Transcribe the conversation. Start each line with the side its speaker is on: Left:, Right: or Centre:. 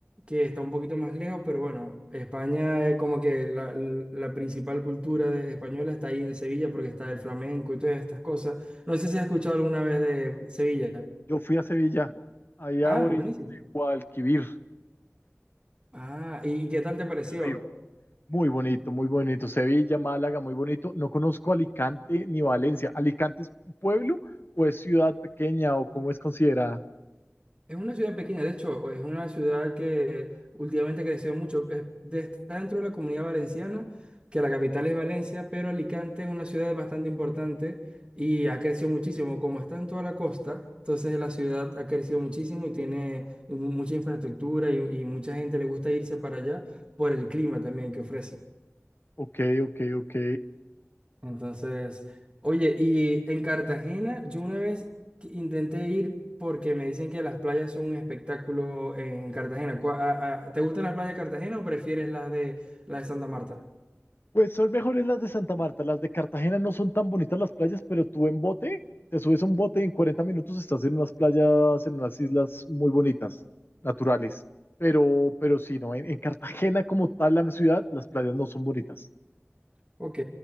Right: que está un poquito más lejos, pero bueno, España es como que la, la principal cultura de, española está ahí en Sevilla porque está el flamenco y todas estas cosas. No sé si has escuchado alguna vez de Sevilla.
Left: Yo fui a Sevilla, allá
Right: Ah,
Left: a orillas
Right: buenísimo.
Left: de Guadalquivir,
Right: Ah, ¿y, y qué tal te pareció?
Left: el río. Muy bonito, muy bonito. Sevilla, Málaga, muy bonito. No conozco Alicante ni Valencia. ¿Alicante es pueblo o es ciudad pequeña o cómo es considerada?
Right: Es una ciudad pequeña, de hecho, es una ciudad que últimamente creció mucho. Es de- Está dentro de la comunidad valenciana, que la capital es Valencia, pero Alicante es una ciudad bastante importante y ha crecido muchísimo. Como está en toda la costa, entonces la ciudad ha crecido muchísimo y tiene mu- mucha infraestructura y, y mucha gente le gusta irse para allá por el clima también que ofrece.
Left: Ok, ok, ok.
Right: Entonces, oye, y en Cartagena yo una vez que intenté ir porque me dicen que las playas son un espectáculo en Cartagena. Cua- a- a- ¿Te gustan las playas de Cartagena o prefieres las de, las de Santa Marta?
Left: Pues son mejores las de Santa Marta. Las de Cartagena no son tan bonitas las playas, pero tú en bote, te subes a un bote y en 40 minutos estás en unas playas, en unas islas muy bonitas, naturales. Pero, pero sí, no, en, en Cartagena como tal la ciudad, las playas no son bonitas.
Right: Ok.